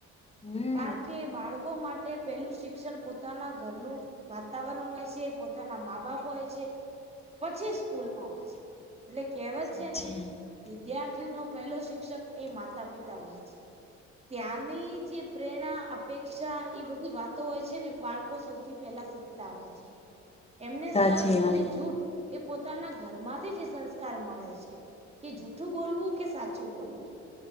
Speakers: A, on the left; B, on the right.
A: હમ
B: કારણ કે બાળકો માટે પહેલું શિક્ષણ પોતાના ઘરનું વાતાવરણ હોય છે પોતાના મા બાપ હોય છે પછી સ્કૂલમાં હોય છે. એટલે કેહવત
A: સાચી
B: છે ને? વિદ્યાર્થી નો પહેલો શિક્ષક એ માતા પિતા હોય છે. ત્યાંની જે પ્રેરણા અપેક્ષા એ બધી વાતો હોય છે ને બાળકો સૌથી પહેલાં શીખતા હોય. હોય છે. એમને
A: સાચી
B: સચ
A: વાત
B: અને જૂઠ એ પોતાના ઘરમાંથી જ સંસ્કાર મળે છે. કે જૂઠું બોલવું કે સાચું બોલવું